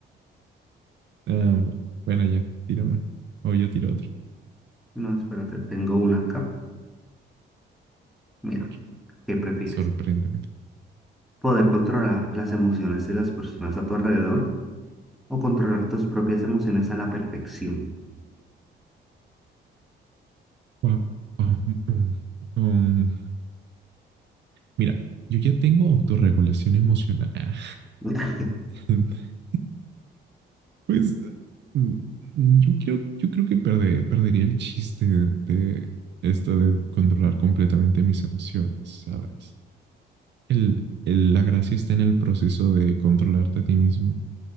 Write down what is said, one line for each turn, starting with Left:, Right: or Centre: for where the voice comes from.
Right: Ah, hombre. Bueno, ya, tira una. O yo tiro otra.
Centre: <laughs> No, espérate, tengo una acá. Mira,
Right: A ver,
Centre: ¿qué prefieres?
Right: sorpréndeme.
Centre: ¿Poder controlar las emociones de las personas a tu alrededor o controlar tus propias emociones a la perfección?
Right: Wow. Um, um, um, mira, yo ya tengo autorregulación emocional. Ah,
Centre: <laughs>
Right: <laughs> pues mm, mm, yo creo, yo creo que perde- perdería el chiste de, de esto de controlar completamente mis emociones, ¿sabes? El, el- la gracia está en el proceso de controlarte a ti mismo,